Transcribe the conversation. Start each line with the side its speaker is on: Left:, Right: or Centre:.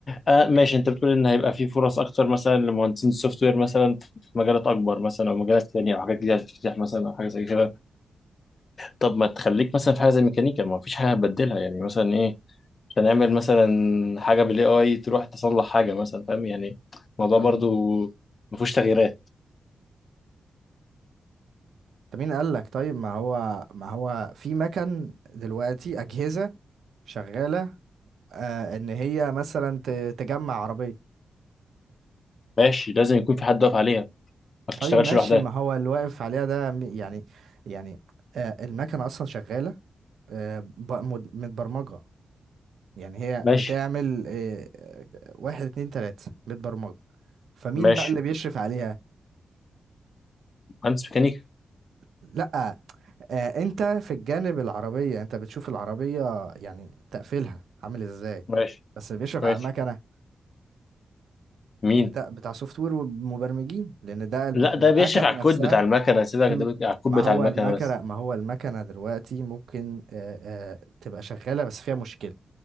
Left: آه ماشي انت بتقول ان هيبقى في فرص اكتر مثلا لمهندسين السوفت وير مثلا في مجالات اكبر مثلا او مجالات ثانيه او حاجات جديده هتفتح مثلا او حاجه زي كده طب ما تخليك مثلا في حاجه زي ميكانيكا ما فيش حاجه هتبدلها يعني مثلا إيه؟ عشان اعمل مثلا حاجه بالاي اي تروح تصلح حاجه مثلا فاهم يعني الموضوع
Right: طب
Left: برضو ما فيهوش تغييرات
Right: طب مين قال لك طيب ما هو ما هو في مكن دلوقتي اجهزه شغاله آه ان هي مثلا ت- تجمع عربيه
Left: ماشي لازم يكون في حد واقف عليها ما
Right: طيب
Left: بتشتغلش
Right: ماشي
Left: لوحدها
Right: ما هو اللي واقف عليها ده م- يعني يعني آه المكنه اصلا شغاله آه ب- مد- متبرمجه يعني هي
Left: ماشي
Right: بتعمل آه، واحد اتنين تلاتة بتبرمج فمين
Left: ماشي
Right: بقى اللي بيشرف عليها
Left: مهندس ميكانيكا
Right: لأ آه، انت في الجانب العربية انت بتشوف العربية يعني تقفيلها عامل ازاي
Left: ماشي
Right: بس اللي بيشرف
Left: ماشي
Right: على المكنة
Left: مين
Right: بتاع بتاع سوفت وير ومبرمجين لان ده المكنة
Left: لا ده بيشرف على
Right: نفسها
Left: الكود بتاع المكنه سيبك
Right: الم-
Left: ده بيك- على الكود
Right: ما
Left: بتاع
Right: هو
Left: المكنه
Right: المكنة
Left: بس
Right: ما هو المكنة دلوقتي ممكن آه، آه، تبقى شغالة بس فيها مشكلة